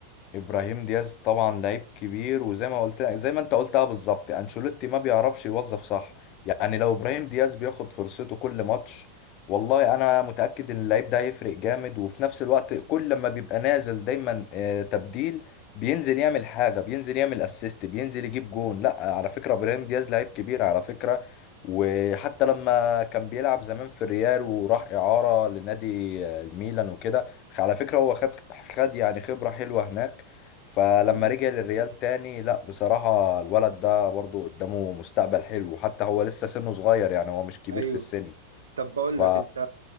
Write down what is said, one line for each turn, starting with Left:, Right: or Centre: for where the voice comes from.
Left: ابراهيم دياز طبعا لعيب كبير وزي ما قلت زي ما انت قلتها بالظبط انشيلوتي ما بيعرفش يوظف صح يعني لو ابراهيم دياز بياخد فرصته كل ماتش والله انا متأكد ان اللعيب ده هيفرق جامد وفي نفس الوقت كل ما بيبقى نازل دايما آه، تبديل بينزل يعمل حاجة بينزل يعمل اسيست بينزل يجيب جون لا على فكرة ابراهيم دياز لعيب كبير على فكرة وحتى لما كان بيلعب زمان في الريال وراح إعارة لنادي آه، الميلان وكده على فكرة هو خد خد يعني خبرة حلوة هناك فلما
Right: مم.
Left: رجع للريال تاني لا بصراحة الولد ده برضو قدامه مستقبل حلو وحتى هو لسه سنه صغير يعني هو مش كبير
Right: ايوه
Left: في السن
Right: طب بقول
Left: ف
Right: لك انت